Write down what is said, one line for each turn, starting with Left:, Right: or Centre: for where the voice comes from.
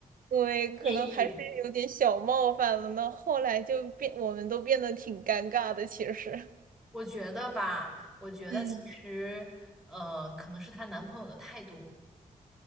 Right: 对，可能还是有点小冒犯了呢。
Centre: 介意。
Right: 后来就变，我们都变得挺尴尬的，其实。
Centre: 我觉得吧，我觉得其实，
Right: 嗯，
Centre: 呃，可能是她男朋友的态度。